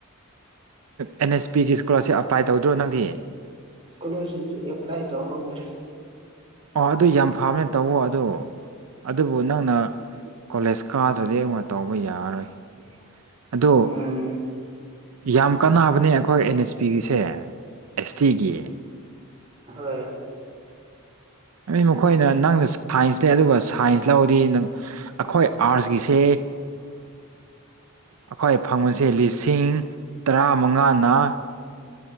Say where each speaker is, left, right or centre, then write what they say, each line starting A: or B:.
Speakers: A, on the right; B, on the right.
A: ꯑꯦꯟ ꯑꯦꯁ ꯄꯤꯒꯤ ꯏꯁꯀꯣꯂꯥꯔꯁꯤꯞ ꯑꯄ꯭ꯂꯥꯏ ꯇꯧꯗ꯭ꯔꯣ ꯅꯪꯗꯤ
B: ꯏꯁꯀꯣꯂꯔꯁꯤꯤꯞꯁ ꯑꯦꯞ꯭ꯂꯥꯏ ꯇꯧꯍꯣꯗ꯭ꯔꯦ
A: ꯑꯣ ꯑꯗꯨ ꯌꯥꯝ ꯐꯕꯅꯦ ꯇꯧꯋ ꯑꯗ ꯑꯗꯨꯕꯨ ꯅꯪꯅ ꯀꯣꯂꯦꯖ ꯀꯥꯗ꯭ꯔꯗꯤ ꯑꯩꯉꯣꯟ ꯇꯧꯕ ꯌꯥꯔꯔꯣꯏ ꯑꯗꯣ
B: ꯎꯝ
A: ꯌꯥꯝ ꯀꯥꯟꯅꯕꯅꯦ ꯑꯩꯈꯣꯏ ꯑꯦꯟ ꯑꯦꯁ ꯄꯤꯒꯤꯁꯦ ꯑꯦꯁ ꯇꯤꯒꯤ
B: ꯍꯣꯏ
A: ꯃꯈꯣꯏꯅ ꯅꯪꯁꯨ ꯁꯥꯏꯟꯁ ꯂꯩ ꯑꯗꯨꯒ ꯁꯥꯏꯟꯁ ꯂꯧꯗꯤ ꯑꯩꯈꯣꯏ ꯑꯥꯔꯠꯁꯀꯤꯁꯦ ꯑꯩꯈꯣꯏ ꯐꯪꯕꯁꯦ ꯂꯤꯁꯤꯡ ꯇꯔꯥ ꯃꯉꯥꯅ